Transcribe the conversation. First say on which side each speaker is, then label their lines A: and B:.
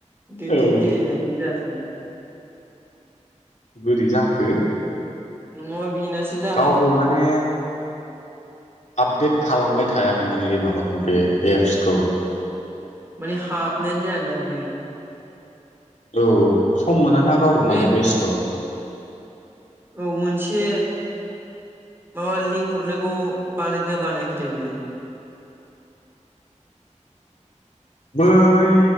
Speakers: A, on the right (about 20°); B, on the left (about 70°).
A: दैदेनगिरिनानै
B: औ
A: जायासै। <inaudible>
B: बोरै जाखो।
A: <unintelligible> जानांगौ
B: गावबो माने। आपडेट खालामबाय थायाागोनदांलै माबाखौ बे एप्सखौ
A: मानि हाप <unintelligible>
B: औ सम मोनाना गावबो
A: बे
B: मालाय बेस्थ'।
A: औ मोनसे माबा लिंक हरनायखौ बानायना बानायाखै दे बेयो <unintelligible>
B: बै।